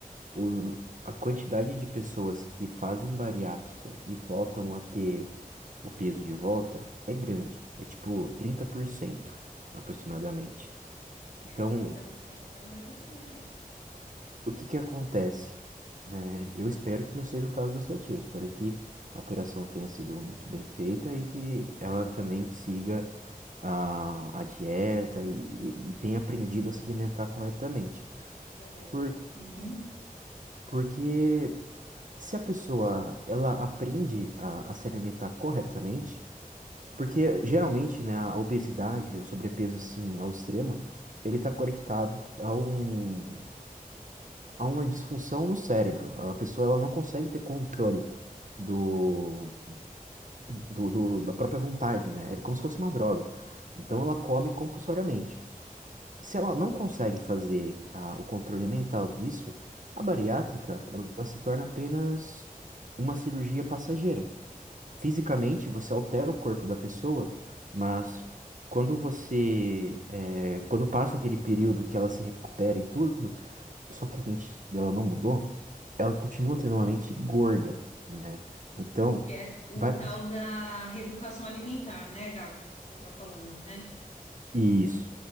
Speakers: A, on the right; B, on the left.
A: o, a quantidade de pessoas que fazem bariátrica e voltam a ter o peso de volta é grande. É tipo 30% aproximadamente.
B: sim, sim. É,
A: Então,
B: 30% é um número grande mesmo.
A: o que que acontece? né? Eu espero que não seja o caso da sua tia. Eu espero que a operação tenha sido muito bem feita e que ela também siga a, a dieta e, e- e tenha aprendido a se alimentar corretamente.
B: Correto.
A: Por,
B: Uhum.
A: porque se a pessoa ela aprende a, a se alimentar corretamente, porque geralmente, né, a obesidade, o sobrepeso assim ao extremo, ele está conectado a um há uma disfunção no cérebro. A pessoa ela não consegue ter controle do, do, do- da própria vontade, né? É como se fosse uma droga. Então ela come compulsoriamente. Se ela não consegue fazer ah, o controle mental disso, a bariátrica ela se torna apenas uma cirurgia passageira. Fisicamente você altera o corpo da pessoa, mas quando você eh, quando passa aquele período que ela se recupera e tudo, só que a mente dela não mudou ela continua tendo uma mente gorda, né? Então,
B: Que é o
A: vai.
B: tal da reeducação alimentar, né, Gabi, que você está falando, né?
A: Isso.